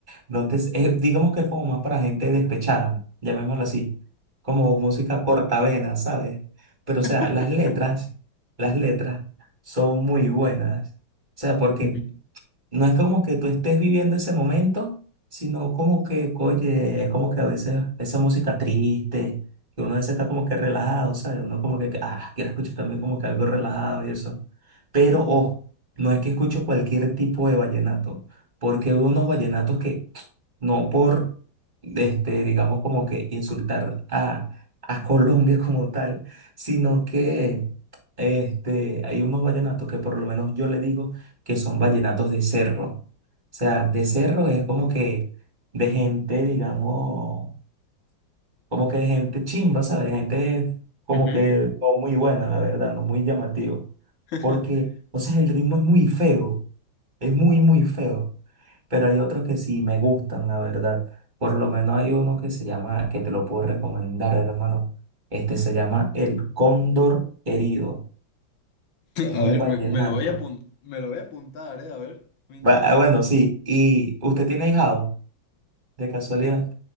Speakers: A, on the right; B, on the left.
A: no te, es- digamos que es como más para gente despechada, llamémoslo así, como música cortavena, ¿sabes? Pero,
B: <laughs>
A: o sea, las letras, las letras son muy buenas. O sea, porque
B: Ujú.
A: no es como que tú estés viviendo ese momento, sino como que, oye, es como que a veces esa música triste, que uno a veces está como que relajado, ¿sabes? Uno como que, ah, quiero escuchar también como que algo relajado y eso. Pero, ojo, no es que escucho cualquier tipo de vallenato, porque hay unos vallenatos que, no por, este, digamos como que insultar a, a Colombia como tal, sino que, este, hay unos vallenatos que por lo menos yo le digo, que son vallenatos de cerro. O sea, de cerro es como que de gente, digamos, como que de gente chimba, ¿sabes? De gente como
B: Ujú.
A: que no muy buena, la verdad, no muy llamativo.
B: <laughs>
A: Porque, o sea, el ritmo es muy feo, es muy, muy feo. Pero hay otros que sí me gustan, la verdad. Por lo menos hay uno que se llama, que te lo puedo recomendar, hermano. Este se llama El Cóndor Herido. Es
B: A
A: un
B: ver,
A: vallenato.
B: me, me lo voy a apun- me lo voy a apuntar, ¿eh? A ver, me interesa.
A: Va- ah, bueno, sí. ¿Y usted tiene ahijado? De casualidad,
B: Eh,